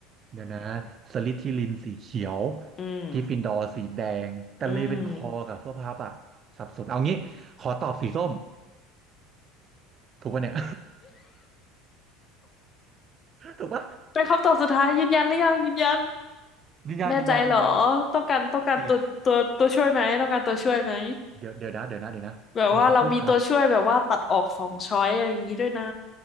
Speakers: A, on the right; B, on the left.
A: เดี๋ยวนะสลิธีรินสีเขียว
B: อืม
A: กริฟฟินดอร์สีแดงแต่เรเวนคอร์กับพัฟเฟิลพัฟอ่ะสับสนเอางี้ขอตอบสีส้ม
B: อืม
A: ถูกปะเนี่ย <laughs> ถูกปะ
B: เป็นคำตอบสุดท้ายยืนยันหรือยังยืนยัน
A: ยืนยันยืนยันยืนยัน
B: แน่ใจเหรอต้องการต้องการตัวตัวตัวช่วยไหมต้องการตัวช่วยไหม
A: สีเดี๋ยวเดี๋ยวนะเดี๋ยวนะเดี๋ยวนะพัฟเฟิลพัฟ
B: แบบว่าเรามีตัวช่วยแบบว่าตัดออกสองช้อยอะไรอย่างนี้ด้วยนะ